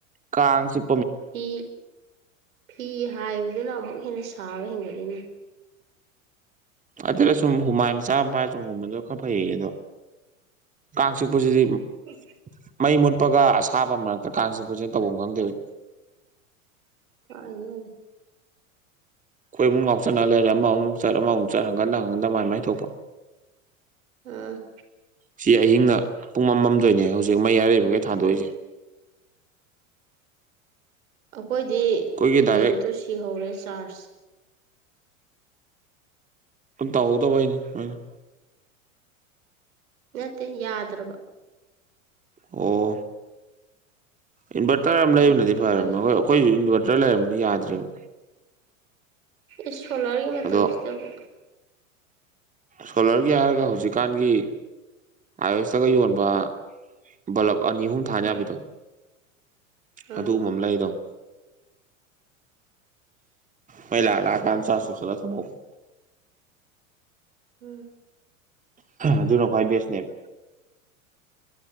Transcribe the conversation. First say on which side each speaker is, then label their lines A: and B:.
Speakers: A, on the right; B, on the right.
A: ꯀꯥꯡ ꯆꯤꯛ
B: ꯐꯤ ꯐꯤ ꯍꯥꯏꯕꯗꯨꯅ ꯑꯃꯨꯛ ꯍꯦꯟꯅ ꯁꯥꯕ ꯍꯦꯟꯒꯠꯂꯤꯅꯦ
A: ꯑꯗꯨꯅꯥ ꯁꯨꯝ ꯍꯨꯃꯥꯏ ꯃꯆꯥ ꯑꯃꯥ ꯄꯥꯏꯔꯥ ꯁꯨꯝ ꯍꯨꯝꯕꯥꯗꯨꯅꯥ ꯈꯔ ꯐꯩꯌꯦ ꯀꯥꯡ ꯆꯤꯛꯄꯥꯖꯤꯗꯤ ꯃꯨꯛ
B: ꯎꯝ <inaudible>
A: ꯃꯩ ꯃꯨꯠꯄꯥꯒ ꯑꯁꯥꯕ ꯃꯔꯛꯇꯥ ꯀꯥꯡ ꯆꯤꯛꯄꯥꯖꯤꯒꯥ ꯇꯧꯐꯝ ꯈꯪꯗꯦꯕꯥ ꯑꯩ
B: ꯀꯥꯢꯅꯣꯗ
A: ꯈꯣꯏ ꯏꯃꯨꯡ ꯉꯥꯎꯆꯠꯅꯥ ꯂꯩꯔꯦ ꯑꯃꯥꯃꯨꯛ ꯆꯠ ꯑꯃꯥꯃꯨꯛ ꯆꯠ ꯍꯪꯒꯠ ꯍꯟꯗꯥ ꯍꯪꯒꯠ ꯍꯟꯗꯥ ꯃꯥꯏ ꯃꯥꯏ ꯊꯣꯛꯄꯥ
B: ꯎꯝ
A: ꯁꯤ ꯑꯍꯤꯡꯅ ꯄꯨꯡ ꯑꯃꯃꯝꯗꯣꯏꯅꯦ ꯍꯧꯖꯤꯛ ꯃꯔꯩꯕꯉꯩ ꯊꯥꯟꯗꯣꯛꯏꯁꯦ
B: ꯑꯩꯈꯣꯏꯗꯤ
A: ꯑꯩꯈꯣꯏꯒꯤ ꯗꯥꯏꯔꯦꯛ
B: ꯂꯦꯝꯇꯨ ꯁꯤꯍꯧꯔꯦ ꯆꯥꯔꯖ
A: <unintelligible> ꯑꯩꯅ
B: ꯅꯠꯇꯦ ꯌꯥꯗ꯭ꯔꯕ
A: ꯑꯣ ꯏꯟꯚꯔꯇꯔ ꯑꯃ ꯂꯩꯕꯅꯗꯤ
B: ꯎꯝ
A: ꯐꯔꯕꯅꯤ
B: ꯎꯄꯥꯏ ꯂꯩꯇꯦ
A: ꯑꯩꯈꯣꯏ ꯑꯩꯈꯣꯏꯁꯨ ꯏꯟꯚꯔꯇꯔ ꯂꯩꯔꯝꯕꯅꯤ ꯌꯥꯗ꯭ꯔꯦꯕ
B: ꯏꯁ ꯁꯣꯂꯥꯔꯒꯤ ꯃꯇꯝꯁꯤꯗꯕꯨ
A: ꯑꯗꯣ ꯁꯣꯂꯔꯒꯤ ꯍꯥꯏꯔꯒ ꯍꯧꯖꯤꯛꯀꯥꯟꯒꯤ ꯑꯌꯁꯇꯒ ꯌꯣꯟꯕ ꯕꯂꯞ ꯑꯅꯤ ꯑꯍꯨꯝ ꯊꯥꯟ
B: ꯎꯝ
A: ꯌꯥꯕꯤꯗꯣ ꯑꯗꯨꯒꯨꯝꯕ
B: ꯑꯥ
A: ꯑꯃ ꯂꯩꯗꯧꯅꯤ ꯃꯩ ꯂꯥꯛ ꯂꯥꯛꯒꯥꯟꯗ ꯆꯥꯁꯆ ꯇꯧꯁꯤꯟꯂ ꯊꯥꯝꯍꯞꯒꯗꯥꯝꯅꯤ
B: ꯎꯝ
A: ꯑꯗꯨꯅ ꯈꯣꯏ ꯕꯦꯁꯅꯦꯕ